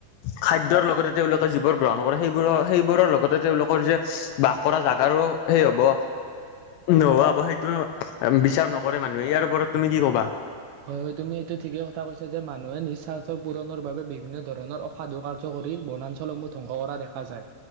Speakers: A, on the left (about 80°); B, on the right (about 80°).
A: খাদ্যৰ লগতে তেওঁলোকে যিবোৰ গ্ৰহণ কৰে, সেইবোৰৰ-সেইবোৰৰ লগতে তেওঁলোকৰ যে বাস কৰা জাগাৰো সেই হ'ব নোহোৱাবোৰ সেইটো বিচাৰ নকৰে, মানুহে ইয়াৰ ওপৰত তুমি কি ক'বা?
B: হয়-হয় তুমি এইটো ঠিকেই কথা কৈছ যে মানুহে নিজ স্বাৰ্থৰ পূৰণৰ বাবে বিভিন্ন ধৰণৰ অসাধুকাৰ কৰি বনাঞ্চলসমূহ ধ্বংস কৰা দেখা যায।